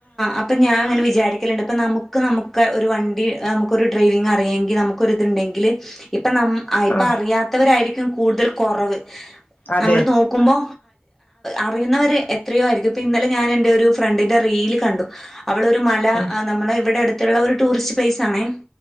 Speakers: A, in the centre; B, on the left.
A: അപ്പോ ഞാൻ അങ്ങനെ വിചാരിക്ക ക്കലുണ്ട് അപ്പൾ നമുക്ക് നമുക്ക് ഒരു വണ്ടി നമുക്കൊരു ഡ്രൈവിംഗ അറിയുമെങ്കിൽ നമുക്കൊരിതുണ്ടെങ്കിൽ ഇപ്പ ന ഇപ്പ
B: ആ
A: അറിയാത്തവരായിരിക്കും കൂടുതൽ കുറവ്
B: അതെ
A: നമ്മൾ നോ നോക്കുമ്പോ അറിയുന്നവരെ എത്രയോ ആയിരിക്കും ഇന്നലെ ഞാൻ എന്റെ ഒരു ഫ്രണ്ടിന്റെറെ റീൽ കണ്ടു അവള ഒരു മല
B: ആഹ്
A: നമ്മളെ ഇവിടെടു ത്തുള്ള ഒരു ടൂറിസ്റ്റ് പ്ലേസ് ആണേ